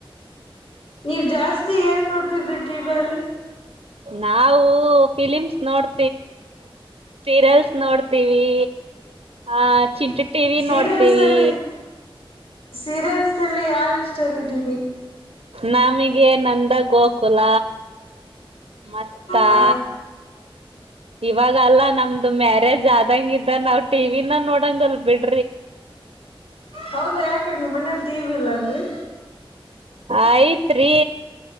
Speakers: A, on the left (about 75°); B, on the right (about 85°).
A: ನೀವ್ ಜಾಸ್ತಿ ಏನ್ ನೋಡ್ತಿದ್ರರಿ ಟಿಿವ ಅಲ್ಲಿ
B: ನಾವು ಫಿಲಿಮ್ಸ್ ನೋಡ್ ಸೀರಿಯಲ್ಸ್ ನೋಡ್ತೀವಿ ಆ ಚಿಿ <inaudible> ಟಿವ ವಿ
A: ಸೀರಿಯಲ್ಸ್
B: ನೋಡ್ತೀವಿ
A: ಅಲ್ಲಿ ಸೀರಿಯಲ್ಸ್ ಅಲ್ಲಿ ಯಾವ್ ಇಷ್ಟ ರೀಮಿ
B: ನಮಗೆ ನಂದಾಗ ಗೋಕುಲ ಮತ್ತ <inaudible>
A: ಹ
B: ಇವಾಗಲ್ಲಾ ನಮ್ದು ಮ್ಯಾರೇಜ್ ಆದಂಗ ಇದ್ದ ನಾವ್ ಟಿವಿನ ನೋಡಂಗ ಅಲ್ ಬಿಿಡ್ರಿ <inaudible>
A: ಹೌದಾ ಯಾಕೇನ್ಿ ಮನೇಲಿ ದೀವ ಇಲ್ಲನ್ರಿ
B: ಆಯ್ತ್ರಿೀ